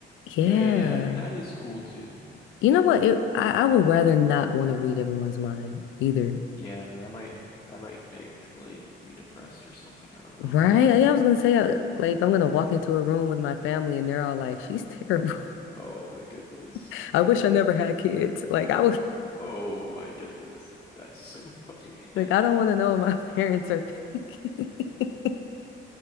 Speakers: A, on the left; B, on the left.
A: Yeah.
B: Yeah, yeah, yeah. That is cool too.
A: You know what? It, I, I would rather not want to read everyone's mind either.
B: Yeah, that might that might make like me depressed or something. I don't know.
A: Right? Yeah, I was gonna say, I- like, I'm gonna walk into a room with my family and they're all like, she's terrible.
B: Oh my goodness.
A: <laughs> I
B: I
A: wish
B: hope
A: I never had
B: not.
A: kids. Like,
B: I
A: I
B: know.
A: was
B: how- Oh my goodness. That's so <laughs> funny.
A: like,
B: <laughs>
A: I don't want to know what my <laughs> parents are thinking. <laughs>